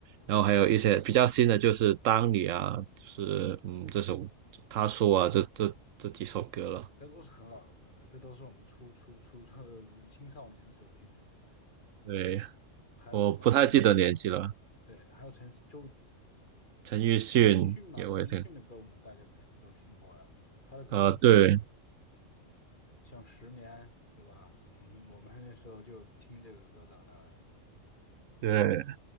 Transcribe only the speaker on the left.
这都是很老的歌了，这都是我们初初初初青少年时候听的歌。
还有什么？
还有对，还有陈就
陈奕迅嘛，陈奕迅的歌我们大家肯定都听过呀、他的歌真的。
像十年，对吧？我们我们那时候就听这个歌长大的。